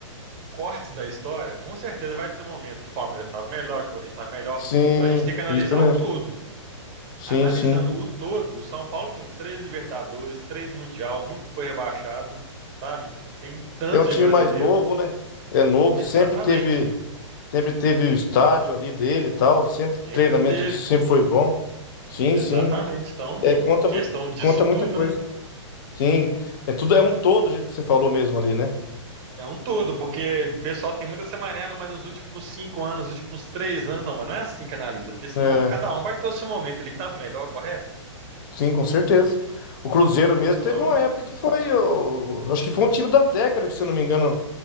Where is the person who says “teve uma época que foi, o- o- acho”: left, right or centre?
Left